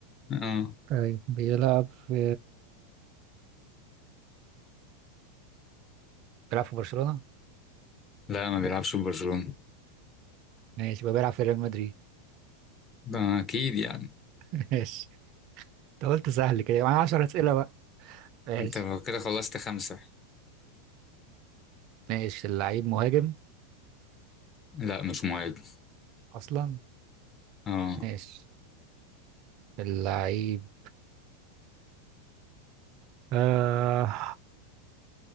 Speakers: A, on the left; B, on the right.
A: اه
B: طيب بيلعب في بيلعب في برشلونة
A: لا ما بيلعبش في برشلونة
B: ماشي يبقى بيلعب في ريال مدريد
A: ده اكيد يعني
B: <laughs> ماشي انت قلت سهل كده يعني 10 أسئلة بقى ماشي
A: انت كده خلصت خمسة
B: ماشي اللعيب مهاجم
A: لا مش مهاجم
B: اصلا
A: اه
B: ماشي اللعيب آه